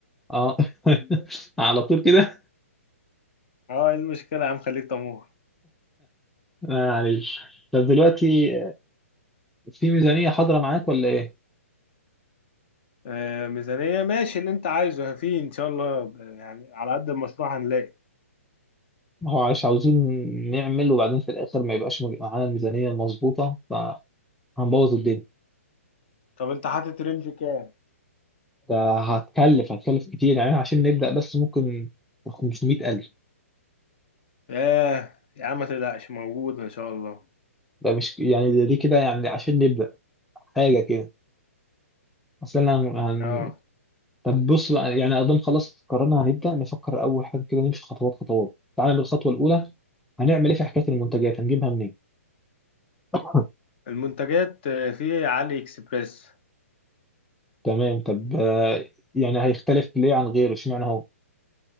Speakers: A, in the centre; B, on the left.
A: اه <laughs> على طول كده
B: اه ايه المشكلة يا عم خليك طموح
A: آه، معلش طب دلوقتي في ميزانية حاضرة معاك ولا ايه؟
B: آه ميزانية ماشي اللي انت عايزه في ان شاء الله ب- يعني على قد المشروع هنلاقي
A: ما هو عايش عاوزين نعمل وبعدين في الآخر ما يبقاش مج- معانا الميزانية المظبوطة فهنبوظ الدنيا
B: طب انت حاطط رينج كام
A: ده هتكلف هتكلف كتير يعني عشان نبدأ بس ممكن 500000
B: اه يا عم ما تقلقش موجود ان شاء الله
A: ده مش يعني دي كده يعني عشان نبدأ حاجة كده اصل انا هن...
B: اه
A: طب بص بقى يعني اظن خلاص قررنا هنبدا نفكر اول حاجه كده نمشي خطوات خطوات تعالى بالخطوه الاولى هنعمل ايه في حكايه المنتجات هنجيبها منين <coughs>
B: المنتجات آه، في علي اكسبريس
A: تمام طب آه، يعني هيختلف ليه عن غيره اشمعنى هو